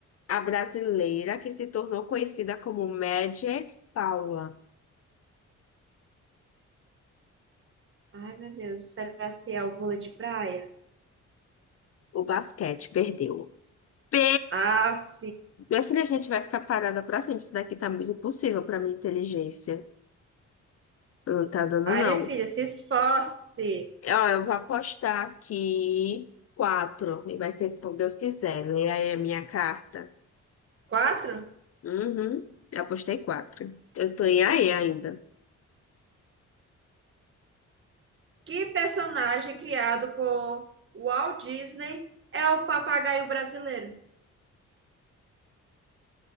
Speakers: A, on the left; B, on the right.
A: A brasileira que se tornou conhecida como Magic Paula.
B: Ai, meu Deus, será se é o vôlei de praia?
A: O basquete perdeu. P.
B: Aff.
A: Minha filha, a gente vai ficar parada pra sempre. Isso daqui tá muito impossível pra minha inteligência. Não tá dando,
B: Ai,
A: não.
B: minha filha, se esforce.
A: Ó, eu vou apostar aqui quatro. E vai ser como Deus quiser. Lê aí a minha carta.
B: Quatro?
A: Uhum. Eu apostei quatro. Eu tô em aí ainda.
B: Que personagem criado por Walt Disney é o papagaio brasileiro?